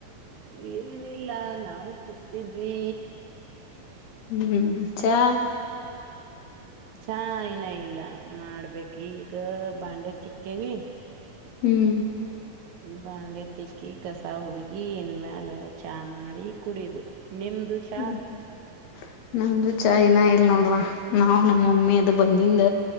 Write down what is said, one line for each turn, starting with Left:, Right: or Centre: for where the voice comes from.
Right: ಏನಿಲ್ಲ ನಾವು ಕೂತಿದ್ವಿ
Left: ಹ್ಮ್್ಮ್ ಚಾ
Right: ಚಾ ನ ಇಲ್ಲ ಮಾಡ್ಬೇಕು ಈಗ ಬಾಂಡೆ ತಿಕ್ಕೇವಿ
Left: ಹ್ಮ್
Right: ಬಾಂಡೆ ತಿಕ್ಕಿ ಕಸ ಹುಡುಗಿ ಇನ್ ಮ್ಯಾಲ ಚಾ ಮಾಡಿ ಕುಡಿಯುದು ನಿಮ್ದು ಚಾ
Left: ಹ್ಮ್ ಹ್ಮ್ ನಮ್ದು ಚಾಯ್ನಾ ಎಲ್ ನೋಡುವ ನಾವವು ನಮ್ಮ ಮಮ್ಮಿ ಅದು ಬಂದಿಂದ